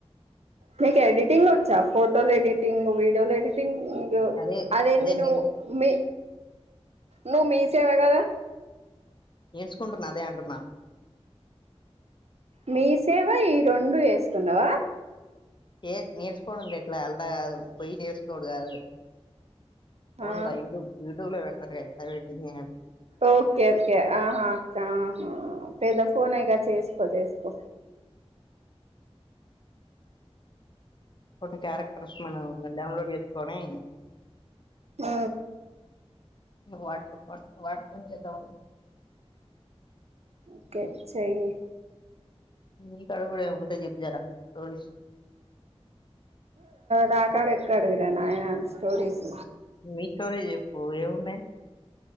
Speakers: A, on the right (about 75°); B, on the left (about 45°).
A: మీకు ఎడిటింగ్ వచ్చా ఫోటోలు ఎడిటింగ్ వీడియోలు ఎడిటింగ్
B: అదే
A: అదేంది
B: అదే
A: నువ్వు
B: నేర్
A: మీ నువ్వు మీ చే వగర
B: నేర్చుకుంటున్నా అదే అంటున్నా
A: మీ సేవ ఈ రెండు ఎస్తున్నావా
B: ఏ నేర్చుకోవడం ర ఎట్లా అంత కాదు పోయి నేర్చుకోవుడు కాదు ఫోన్ల
A: ఆ
B: యూట్యూబ్ యూట్యూబ్లో పెడతాను ఎత పెట్టింది
A: ఓకే ఓకే ఆహా అహ పెద ఫోనే గా చేసి ప్పదెసుకో
B: ఒక క్యారెక్టర్స్ మనం డౌన్లోడ్ చేసుకొని
A: ఉ
B: నువు వాడుతో పనుకో వానితోనే చేద్దామని
A: ఓకే చేయి
B: నీ కాడ కూడ ఏముంటాయి జప్పు జర స్టోరీస్
A: నా కాడ ఎక్కడవిరా నాయన స్టోరీస్
B: ని స్టోరీ చెప్పు ఏమున్నాయ్